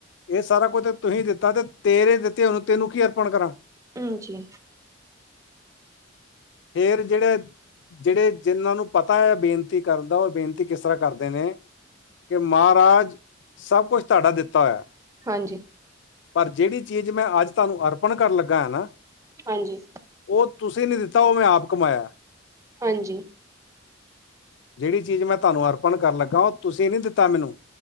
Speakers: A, on the left; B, on the right.
A: ਇਹ ਸਾਰਾ ਕੁੱਝ ਤਾਂ ਤੁਸੀਂ ਦਿੱਤਾ ਤੇ ਤੇਰੇ ਦਿੱਤੇ ਉਹਨੂੰ ਤੇੈਨੂੰ ਕੀ ਅਰਪਣ ਕਰਾਂ।
B: ਹਾਂਜੀ।
A: ਫੇਰ ਜਿਹੜੇ। ਜਿਹੜੇ ਜਿਹਨਾਂ ਨੂੰ ਪਤਾ ਹੈ ਬੇਨਤੀ ਕਰਨ ਦਾ ਉਹ ਬੇਨਤੀ ਕਿਸ ਤਰ੍ਹਾਂ ਕਰਦੇ ਨੇ। ਕਿ ਮਹਾਰਾਜ। ਸਭ ਕੁਛ ਤੁਹਾਡਾ ਦਿੱਤਾ ਹੋਇਆ ਹੈ।
B: ਹਾਂਜੀ।
A: ਪਰ ਜਿਹੜੀ ਚੀਜ਼ ਮੈਂ ਅੱਜ ਤੁਹਾਨੂੰ ਅਰਪਣ ਕਰਨ ਲੱਗਾ ਹੈ ਨਾ।
B: ਹਾਂਜੀ
A: ਉਹ ਤੁਸੀਂ ਨੀ ਦਿੱਤਾ ਉਹ ਮੈਂ ਆਪ ਕਮਾਇਆ ਹੈ।
B: ਹਾਂਜੀ
A: ਜਿਹੜੀ ਚੀਜ਼ ਮੈਂ ਤੁਹਾਨੂੰ ਅਰਪਣ ਕਰ ਲੱਗਾ, ਉਹ ਤੁਸੀਂ ਨੀ ਦਿੱਤਾ ਮੈਨੂੰ।